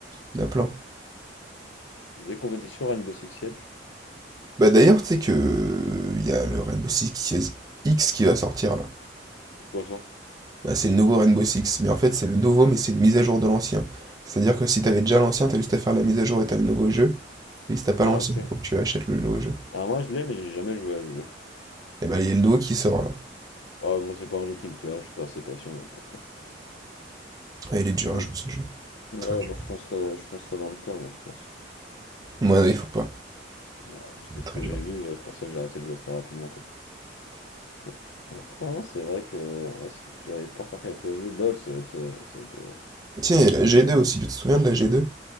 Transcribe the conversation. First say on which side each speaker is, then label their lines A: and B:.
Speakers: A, on the right (about 20°); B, on the left (about 80°).
A: Il y en a plein.
B: les compétitions Rainbow Six Siege.
A: Bah d'ailleurs, tu sais que euh, il y a le Rainbow Six X qui va sortir là.
B: C'est quoi ça?
A: Bah, c'est le nouveau Rainbow Six, mais en fait c'est le nouveau, mais c'est une mise à jour de l'ancien. C'est-à-dire que si t'avais déjà l'ancien, t'as juste à faire la mise à jour et t'as le nouveau jeu. Mais si t'as pas
B: Ah,
A: l'ancien,
B: ok.
A: faut que tu achètes le nouveau jeu.
B: Alors moi, je l'ai, mais j'ai jamais joué à ce jeu.
A: Et bah il y a le nouveau qui sort là.
B: Ah, moi, c'est pas un jeu qui me plaît, ah, je suis pas assez patient moi, pour ça.
A: Ouais, il est dur
B: Oui.
A: à jouer ce jeu.
B: Là,
A: Très dur.
B: moi, je foncerais, je foncerais dans le tas, moi, je pense.
A: Ouais, non, il faut pas.
B: Ah,
A: Il
B: c'est
A: est
B: ce
A: Très
B: que
A: dur.
B: j'ai vu, euh, c'est pour ça que j'ai arrêté de jouer très rapidement, quoi. Après, après, ouais, non, c'est vrai que ouais, Structure et Sport, après, il y a quoi le jeu? LOL, ça va être, euh, ça va être, euh,
A: Tiens,
B: ça
A: il
B: va
A: y
B: être
A: a la
B: euh,
A: G2
B: pas mal.
A: aussi, tu te souviens de la G2?